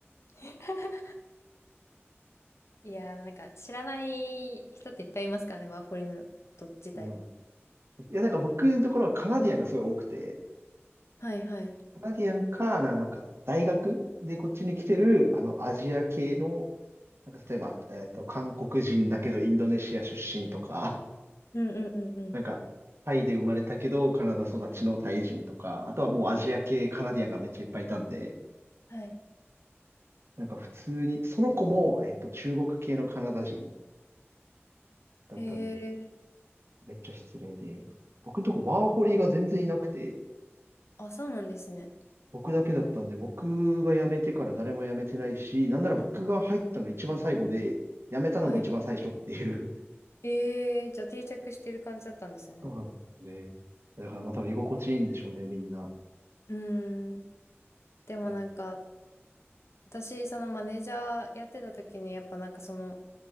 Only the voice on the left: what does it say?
<laughs> いやー、なんか知らない人っていっぱいいますからね、ワーホリのこと自体を。
はいはい。
うんうんうんうん。
はい。
へえ。
あ、そうなんですね。
はい。ええ、じゃあ定着してる感じだったんですね。
うーん。でもなんか、
私、そのマネージャーやってた時に、やっぱなんかその、